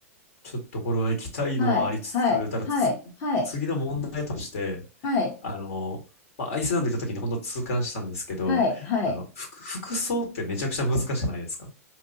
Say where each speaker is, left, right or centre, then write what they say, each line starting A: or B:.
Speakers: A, on the left; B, on the left.
A: ちょっとこれは行きたいのはありつつ、
B: はい、はい、
A: ただつ、
B: はい、はい、
A: 次の問題として、
B: はい、
A: あの、まあ、アイスランド行った時に本当痛感したんですけど、
B: はい、はい。
A: あの、服、服装ってめちゃくちゃ難しくないですか